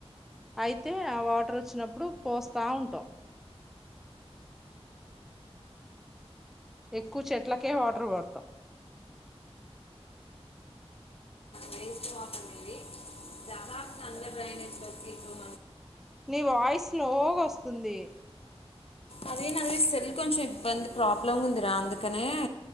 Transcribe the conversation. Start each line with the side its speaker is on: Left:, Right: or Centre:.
Centre: అయితే ఆ వాటర్ వచ్చినప్పుడు పోస్తా ఉంటాం. ఎక్కువ చెట్లకే వాటర్ పడుతాం.
Left: వేస్ట్ వాటర్ అనేవి చాలా అంద డ్రైనే ఇప్పుడు.
Centre: నీ వాయిస్ లోగా వస్తుంది.
Left: అదే నది సెల్ కొంచెం ఇబ్బంది ప్రాబ్లమ్ ఉందిరా అందుకునే